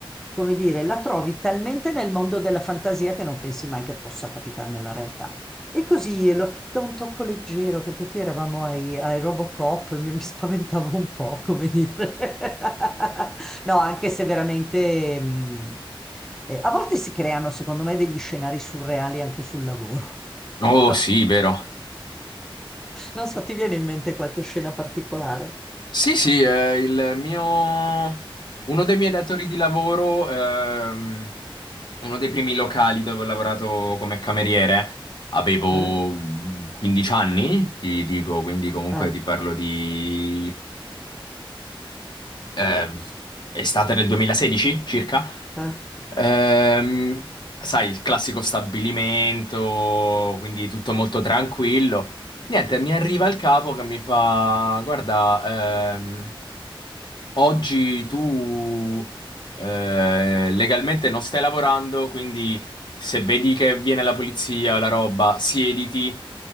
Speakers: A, in the centre; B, on the left.
A: come dire, la trovi talmente nel mondo della fantasia che non pensi mai che possa capitare nella realtà. E così lo, da un tocco leggero, perché qui eravamo ai, ai Robocop e mi, mi spaventavo un po', come dire. <laughs> No, anche se veramente... mh, eh, a volte si creano, secondo me, degli scenari surreali anche sul lavoro.
B: Oh,
A: <laughs>
B: sì, vero.
A: Non so, ti viene in mente qualche scena particolare?
B: Sì, sì, eh, il mio... uno dei miei datori di lavoro, ehm, uno dei primi locali dove ho lavorato come cameriere, avevo
A: Eh?
B: 15 anni, ti dico, quindi comunque
A: Eh?
B: ti parlo di eh, estate del 2016 circa.
A: Eh?
B: Ehm, sai, il classico stabilimento, quindi tutto molto tranquillo. Niente, mi arriva il capo che mi fa: Guarda, ehm, oggi tu eh, legalmente non stai lavorando, quindi se vedi che viene la polizia o la roba, siediti.